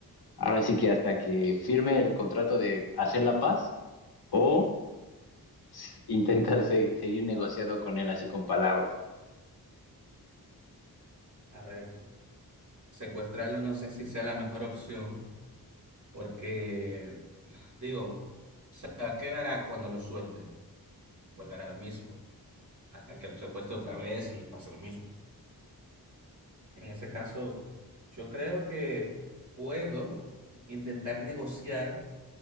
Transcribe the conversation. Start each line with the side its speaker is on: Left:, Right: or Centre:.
Left: ahora sí que hasta que firme el contrato de hacer la paz O s- intentas se- seguir negociando con él así con palabras.
Right: A ver, secuestrarlo no sé si sea la mejor opción, porque, digo, o sea, ¿qué hará cuando lo suelte? Volverá a lo mismo, hasta que lo secuestre otra vez y pasa lo mismo. En ese caso, yo creo que puedo intentar negociar,